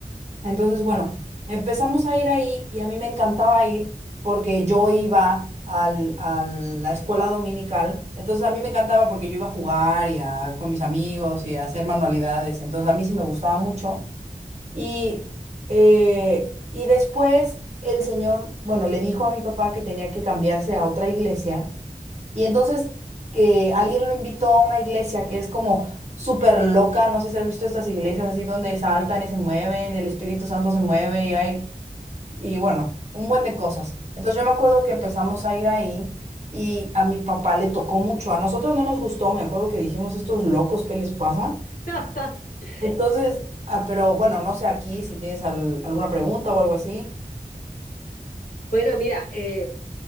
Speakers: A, on the right; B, on the left.
A: Entonces, bueno, empezamos a ir ahí y a mí me encantaba ir porque yo iba al, a la escuela dominical. Entonces, a mí me encantaba porque yo iba a jugar y a, con mis amigos y a hacer manualidades. Entonces, a mí sí me gustaba mucho. Y, eh, y después el señor, bueno, le dijo a mi papá que tenía que cambiarse a otra iglesia y entonces que alguien lo invitó a una iglesia que es como súper loca, no sé si has visto estas iglesias así donde saltan y se mueven, el Espíritu Santo se mueve y hay, y bueno, un buen de cosas. Entonces yo me acuerdo que empezamos a ir ahí y a mi papá le tocó mucho, a nosotros no nos gustó, me acuerdo que dijimos estos locos, ¿qué les pasa?
B: <laughs>
A: Entonces, ah, pero bueno, no sé aquí si tienes al- alguna pregunta o algo así.
B: Bueno, mira, eh,